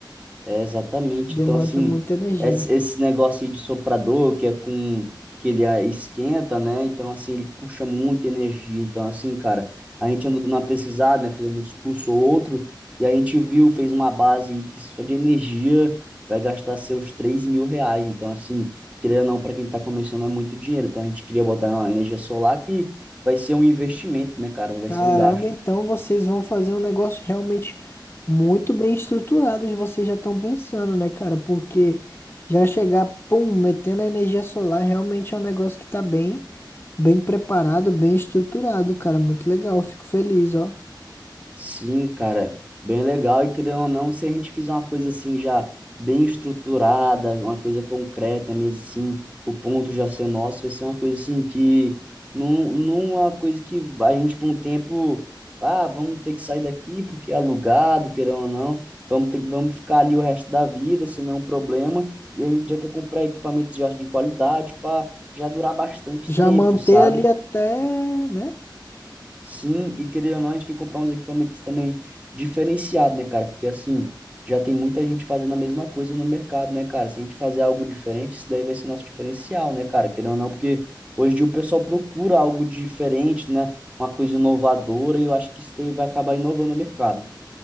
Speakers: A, on the right (about 15°); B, on the left (about 30°).
A: É, exatamente.
B: Demanda
A: Então, assim,
B: muita energia.
A: esse, esse negócio aí de soprador, que é com, que ele ah, esquenta, né? Então, assim, ele puxa muita energia. Então, assim, cara, a gente andou dando uma pesquisada, né? Fizendo uns cursos ou outro, e a gente viu, fez uma base aí que só de energia vai gastar seus três mil reais. Então, assim, querendo ou não, para quem tá começando é muito dinheiro. Então, a gente queria botar na energia solar que vai ser um investimento, né, cara? Não vai
B: Caramba,
A: ser um gasto.
B: então vocês vão fazer um negócio realmente muito bem estruturado, e vocês já estão pensando, né, cara? Porque já chegar, pum, metendo a energia solar, realmente é um negócio que tá bem, bem preparado, bem estruturado, cara. Muito legal, fico feliz, ó.
A: Sim, cara, bem legal. E querendo ou não, se a gente fizer uma coisa assim já bem estruturada, uma coisa concreta mesmo assim, o ponto já ser nosso, vai ser uma coisa assim que não, não é uma coisa que a gente por um tempo, ah, vamos ter que sair daqui porque é alugado, querendo ou não, vamos ter, vamos ficar ali o resto da vida, se não é um problema. E a gente já quer comprar equipamento já de qualidade para já durar bastante
B: Já
A: tempo,
B: manter
A: sabe?
B: ali até, né?
A: Sim, e querendo ou não, a gente tem que comprar uns equipamentos também diferenciados, né, cara? Porque assim, já tem muita gente fazendo a mesma coisa no mercado, né, cara? Se a gente fazer algo diferente, isso daí vai ser nosso diferencial, né, cara? Querendo ou não, porque hoje em dia o pessoal procura algo diferente, né? Uma coisa inovadora, e eu acho que isso daí vai acabar inovando o mercado.